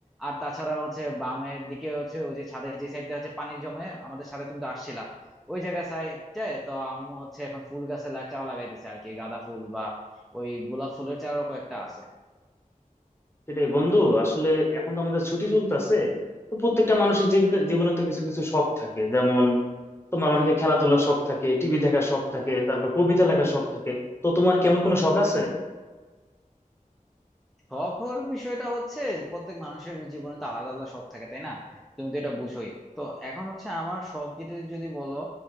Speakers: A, in the centre; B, on the left (about 15°).
A: আর তাছাড়া হচ্ছে বামের দিকে হচ্ছে ওই যে ছাদের যে সাইডটা হচ্ছে পানি জমে আমাদের সাথে তুমি তো আসছিলা ওই জায়গা সাইডটায় তো আম্মু হচ্ছে এখন ফুল গাছের লা- চারা লাগাইতেছে আর কি গাঁদা ফুল বা ওই গোলাপ ফুলের চারাও কয়েকটা আছে
B: সেটাই বন্ধু আসলে এখন তো আমাদের ছুটি চলতেছে তো প্রত্যেকটা মানুষের জীবিত- জীবনে তো কিছু কিছু শখ থাকে যেমন তোমার অনেকে খেলাধুলার শখ থাকে টিভি দেখার শখ থাকে তারপর কবিতা লেখার শখ থাকে তো তোমার কেমন কোনো শখ আছে
A: শখের বিষয়টা হচ্ছে প্রত্যেক মানুষের জীবনে তো আলাদা আলাদা শখ থাকে তাই না তুমি তো এটা বুঝোই তো এখন হচ্ছে আমার শখ যদি যদি বলো